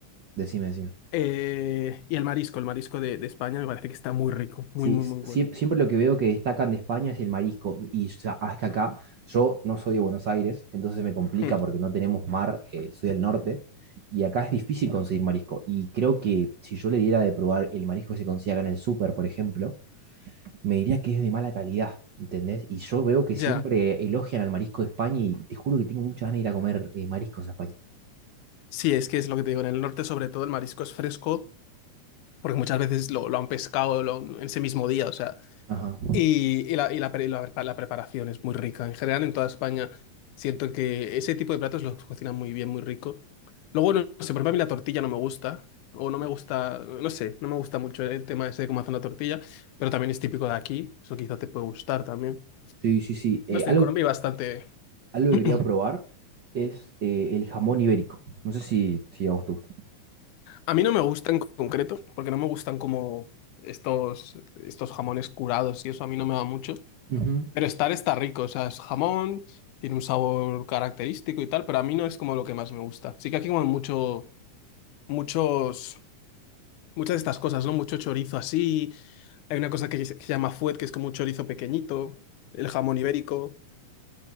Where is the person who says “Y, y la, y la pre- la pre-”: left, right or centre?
Left